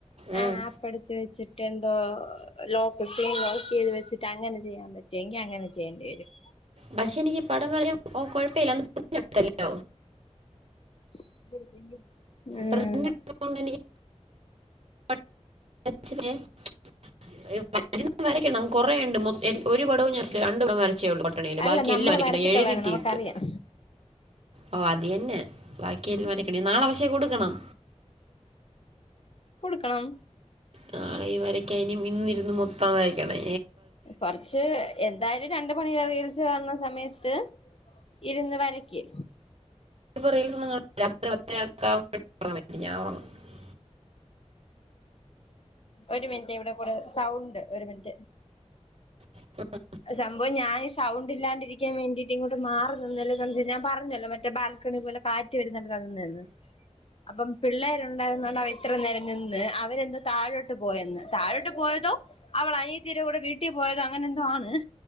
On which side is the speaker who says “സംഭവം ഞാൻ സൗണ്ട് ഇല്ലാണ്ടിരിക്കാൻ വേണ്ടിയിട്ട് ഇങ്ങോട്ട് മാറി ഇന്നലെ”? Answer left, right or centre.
Left